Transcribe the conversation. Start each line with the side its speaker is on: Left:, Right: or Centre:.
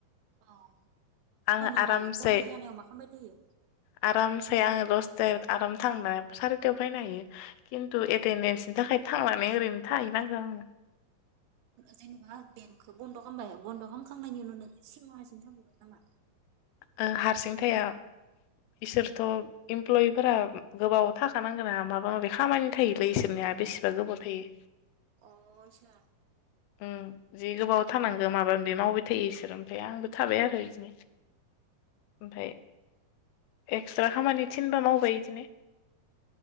Right: अ होमबा
Left: आङो
Right: नों
Left: आरामसे
Right: मा बन्द जानायाव मा खालामबाय थायो?
Left: आरामसे आङो दसे आराम थांना <inaudible> सारिथायाव फायनो हायो खिन्थु एटेनडेन्सनि थाखाय थांनानै ओरैनो थाहैनांगौ आङो।
Right: जेनेबा बेंकखौ बन्द खालामबाय बन्द खालामखांनायनि उनाव नोङो सिङाव हारसिं थांङो नामा? <inaudible>
Left: ओ हारसिंथाया। इसोरथ इमप्लयिफोरा गोबाव थाखानांगोन ना माबा माबि खामानि थायोलै इसोरनिया बेसेबा गोबाव थायो।
Right: अय सार <inaudible>
Left: उम जि गोबाव थानांगौ माबा बे मावबाय थायो इसोरो ओमफाय आंबो थाबाय आरो इदिनो। ओमफाय एक्सट्रा खामानि थिनबा मावबाय इदिनो।